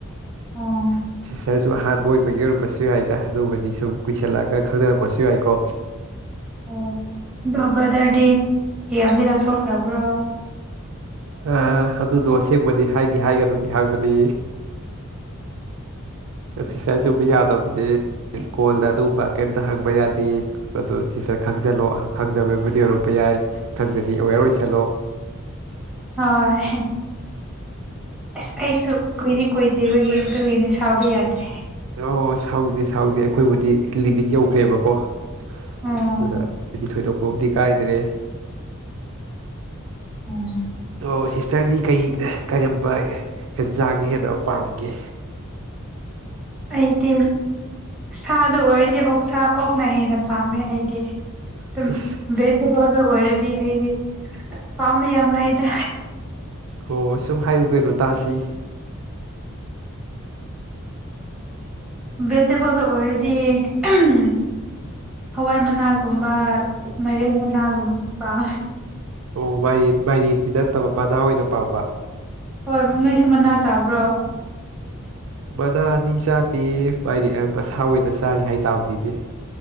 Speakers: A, in the centre; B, on the right.
A: ꯑꯣ
B: ꯁꯤꯁꯇꯔꯁꯨ ꯑꯍꯥꯟꯕ ꯑꯣꯏꯕꯒꯤ ꯑꯣꯏꯔꯝꯕꯁꯨ ꯌꯥꯏꯗ ꯑꯗꯨꯕꯨꯗꯤ ꯁꯨꯝ ꯀꯨꯏꯁꯜꯂꯛꯑꯒ ꯈꯪꯅꯔꯛꯄꯁꯨ ꯌꯥꯏꯀꯣ
A: ꯑꯣ ꯗꯣ ꯕ꯭ꯔꯗꯔꯗꯤ ꯀꯌꯥꯝ ꯗꯤ ꯂꯧꯊꯣꯛꯈ꯭ꯔꯕ꯭ꯔꯣ
B: ꯑ ꯑꯗꯨꯗꯣ ꯑꯁꯦꯡꯕꯗꯤ ꯍꯥꯏꯗꯤ ꯍꯥꯏꯒꯅꯨꯗꯤ ꯍꯥꯏꯕꯅꯤ ꯅꯊꯤꯁꯥꯁ ꯇꯧꯕ ꯌꯥꯗꯕꯅꯦ ꯀꯣꯜꯗ ꯑꯗꯨꯒꯨꯝꯕ ꯀꯩꯝꯇ ꯍꯪꯕ ꯌꯥꯗꯦ ꯑꯗꯨ ꯁꯤꯁꯇꯔ ꯈꯪꯖꯜꯂꯣ ꯈꯪꯗꯕꯩꯕꯨꯗꯤ ꯑꯣꯏꯔꯝꯕ ꯌꯥꯏ ꯃꯊꯪꯗꯗꯤ ꯑꯦꯋꯦꯌꯔ ꯑꯣꯏꯁꯜꯂꯣ
A: ꯍꯣꯏ ꯑꯁ ꯑꯩꯁꯨ ꯀꯨꯏꯗꯤ ꯀꯨꯏꯗ꯭ꯔꯤꯕꯒꯤ ꯑꯗꯨꯒꯤꯅ ꯁꯥꯎꯕ ꯌꯥꯗꯦ
B: ꯑꯣ ꯁꯥꯎꯗꯦ ꯁꯥꯎꯗꯦ ꯑꯩꯈꯣꯏꯕꯨꯗꯤ ꯂꯤꯃꯤꯠ ꯌꯧꯈ꯭ꯔꯦꯕꯀꯣ
A: ꯑꯣ
B: ꯑꯗꯨꯅ ꯑꯩꯈꯣꯏ ꯊꯣꯏꯗꯣꯛꯄꯕꯨꯗꯤ ꯀꯥꯏꯗ꯭ꯔꯦ
A: ꯎꯝ
B: ꯑꯣ ꯁꯤꯁꯇꯔꯗꯤ ꯀꯩ ꯀꯔꯝꯕ ꯌꯦꯟꯁꯥꯡꯅ ꯍꯦꯟꯅ ꯄꯥꯝꯒꯦ
A: ꯑꯩꯇꯤ ꯁꯥꯗ ꯑꯣꯏꯔꯗꯤ ꯑꯣꯛ ꯁꯥ ꯑꯣꯛꯅ ꯍꯦꯟꯅ ꯄꯥꯝꯃꯦ ꯑꯩꯗꯤ ꯑꯗꯨꯝ
B: ꯑꯩꯁ
A: ꯚꯦꯖꯤꯇꯦꯕꯜꯒ ꯑꯣꯏꯔꯗꯤ ꯑꯩꯗꯤ ꯄꯥꯝꯕ ꯌꯥꯝ ꯂꯩꯗ
B: ꯑꯣ ꯁꯨꯝ ꯍꯥꯏꯌꯨ ꯀꯩꯅꯣ ꯇꯥꯁꯤ
A: ꯕꯦꯁꯇꯦꯕꯜꯗ ꯑꯣꯏꯔꯗꯤ ꯎꯝ ꯍꯋꯥꯏ ꯃꯅꯥꯒꯨꯝꯕ ꯃꯥꯏꯔꯦꯜ ꯃꯅꯥꯒꯨꯝꯕꯁꯨ ꯄꯥꯝ
B: ꯑꯣ ꯃꯥꯏ ꯃꯥꯏꯔꯦꯟꯗꯤ ꯅꯠꯇꯕ ꯃꯅꯥ ꯑꯣꯏꯅ ꯄꯥꯝꯕ
A: ꯍꯣꯏ ꯅꯣꯏꯁꯨ ꯃꯅꯥ ꯆꯥꯕ꯭ꯔꯣ
B: ꯃꯅꯥꯅꯤ ꯆꯥꯗꯦ ꯃꯥꯏ ꯃꯁꯥ ꯑꯣꯏꯅ ꯆꯥꯏ ꯍꯥꯏ ꯇꯥꯕꯅꯤꯅꯦ